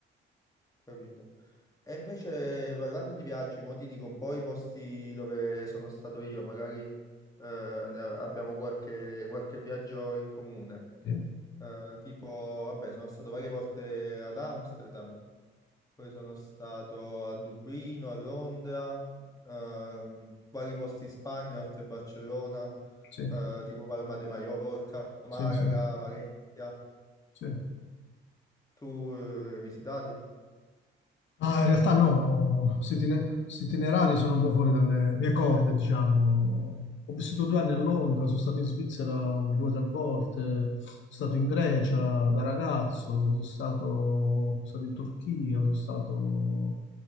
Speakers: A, on the left; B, on the left.
A: capito? E invece parlando di viaggi, mo ti dico un po' i posti dove sono stato io, magari eh, ne- abbiamo qualche, qualche viaggio in comune.
B: Sì,
A: Eh, tipo, vabbè, sono stato varie volte ad Amsterdam, Poi sono stato a Dublino, a Londra, ehm, vari posti in Spagna, oltre a Barcellona,
B: sì,
A: eh, tipo Palma de Mallorca, Malaga,
B: sì, sì.
A: Valencia.
B: sì.
A: Tu eh, hai visitati?
B: Ah, in realtà no, questi itine- questi itinerari sono un po' fuori dalle mie corde, diciamo. Ho vissuto due anni a Londra, sono stato in Svizzera um, due o tre volte, sono stato in Grecia da ragazzo, sono stato, sono stato in Turchia, sono stato,